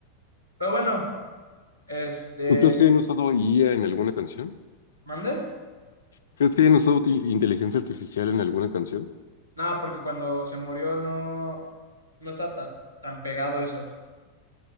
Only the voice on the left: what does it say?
¿Tú crees que hayan usado IA en alguna canción?
¿Crees que hayan usado ti- inteligencia artificial en alguna canción?